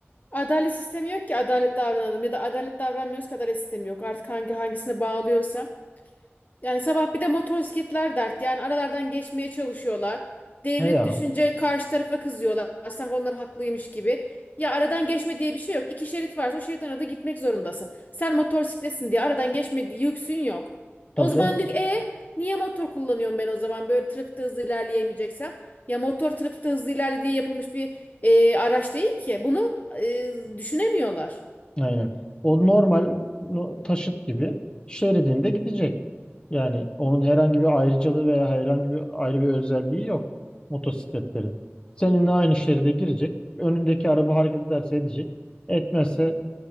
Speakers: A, on the left; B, on the left.
A: adalet sistemi yok ki adalet davranalım ya da adalet davranmıyoruz ki adalet sistemi yok. Artık hangi hangisine bağlıyorsa. Yani sabah bir de motosikletler dert. Yani aralardan geçmeye çalışıyorlar. Devlet
B: He ya.
A: düşünce karşı tarafa kızıyorlar. Sanki onlar haklıymış gibi. Ya aradan geçme diye bir şey yok. İki şerit varsa o şeritten arada gitmek zorundasın. Sen motosikletsin diye aradan geçme diye yüksün yok.
B: Tabii
A: O zaman
B: canım.
A: diyor ki, e niye motor kullanıyorum ben o zaman böyle trafikte hızlı ilerleyemeyeceksem? Ya motor trafikte hızlı ilerle diye yapılmış bir e, araç değil ki. Bunu e, düşünemiyorlar.
B: Aynen. O normal no- taşıt gibi şeridinde gidecek. Yani onun herhangi bir ayrıcalığı veya herhangi bir ayrı bir özelliği yok motosikletlerin. Seninle aynı şeride girecek. Önündeki araba hareket ederse edecek. Etmezse